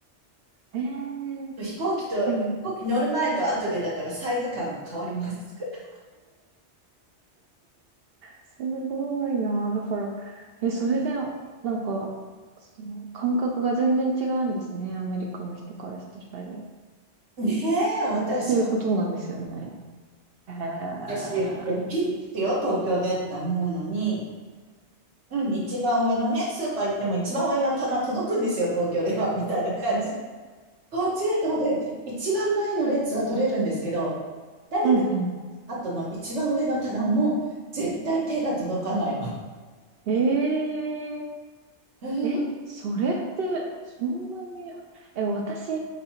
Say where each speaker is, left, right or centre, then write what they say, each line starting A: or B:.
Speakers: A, on the right; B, on the right.
A: ええ
B: 飛行機と、
A: でも、
B: 飛行機乗る前と後でだからサイズ感が変わります。<laughs>
A: すごいな。だから、え、それで、なんか、その感覚が全然違うんですね。アメリカの人からしたら。っ
B: ねえ、私、
A: ていうことなんですよね。へえ。
B: 私、大きいんですよ、東京でって思うのに、うん、一番上のね、スーパー行っても一番上の棚届くんですよ、東京では、みたいな感じ。こっちでと思って、一番前の列は取れるんですけど、誰か
A: うん <laughs> うん。
B: 後の一番上の棚も絶対手が届かないの。
A: ええ
B: うん、
A: え、それって、そんなに、え、私、